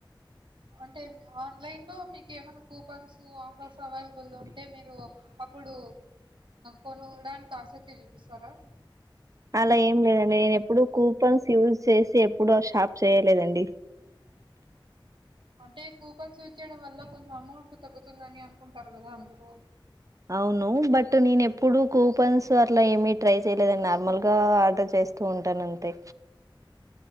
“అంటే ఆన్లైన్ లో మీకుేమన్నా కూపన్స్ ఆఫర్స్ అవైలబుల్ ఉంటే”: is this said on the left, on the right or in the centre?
Right